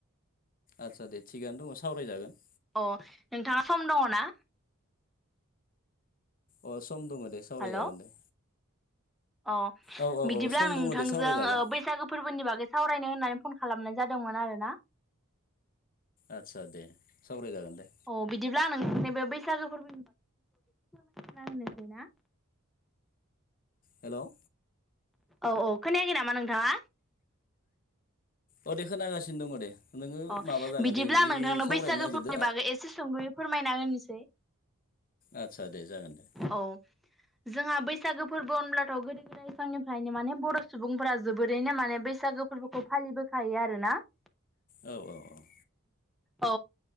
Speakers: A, on the left; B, in the centre.
A: आदसा दे थिगआनो दङ सावरायजागोन।
B: अ नोंथाङा सम दङ ना?
A: अ सम दङ दे सावरायजागोन
B: हेल'
A: दे।
B: अ
A: औ औ
B: बिदिब्ला
A: औ सम
B: आं नोंथांजों
A: दङ दे सावरायजागोन
B: ओ बैसागो फोरबोनि बागै सावरायनो होननानै फन खालामनाय जादोंमोन आरोना।
A: आदसा दे सावरायजागोन दे।
B: अ बिदिब्ला नों नैबे बैसागो फोरबोनि फोरमायना होनोसै ना।
A: हेल'।
B: औ औ खोनायाखै नामा नोंथाङा?
A: अ दे खोनागासिनो दङ दे। नोङो
B: अ
A: माबा जागोन
B: बिदिब्ला
A: दे
B: आं
A: जि
B: नोंथांनो
A: सावरायनो
B: बैसागो
A: नागिरदो
B: फोरबोनि बागै एसे सुंदयै फोरमायना होनोसै।
A: आदसा दे जागोन दे।
B: औ जोंहा बैसागो फोरबो होनब्लाथ' गोदो गो बैफांनिफ्रायनो माने बर' सुबुंफोरा जोबोरैनो माने बैसागो फोरबोखौ फालिबोखायो आरोना। <inaudible>
A: औ औ औ।
B: औ।